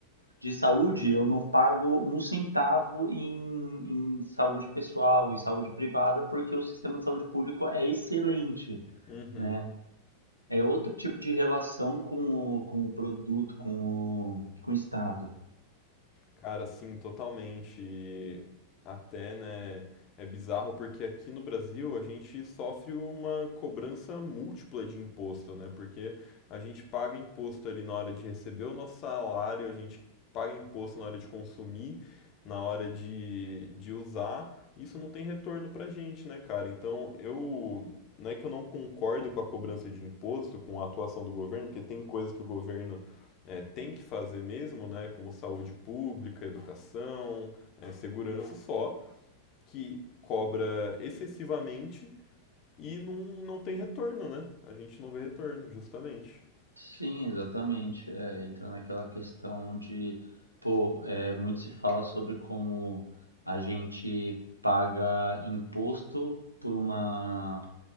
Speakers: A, on the right; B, on the left.
A: de saúde, eu não pago um centavo em, em saúde pessoal, em saúde privada, porque o sistema de saúde público é excelente,
B: Uhum.
A: né? É outro tipo de relação com o, com o produto, com o, com o Estado.
B: Cara, assim, totalmente. E Até, né, é bizarro porque aqui no Brasil a gente sofre uma cobrança múltipla de imposto, né? Porque a gente paga imposto ali na hora de receber o nosso salário, a gente paga imposto na hora de consumir, na hora de, de usar. e Isso não tem retorno pra gente, né, cara? Então, eu. Não é que eu não concordo com a cobrança de imposto, com a atuação do governo, porque tem coisas que o governo é, tem que fazer mesmo, né, como saúde pública, educação, é, segurança só, que cobra excessivamente e não, não tem retorno, né? A gente não vê retorno, justamente.
A: Sim, exatamente. É, entra naquela questão onde pô, é, muito se fala sobre como a gente paga imposto por uma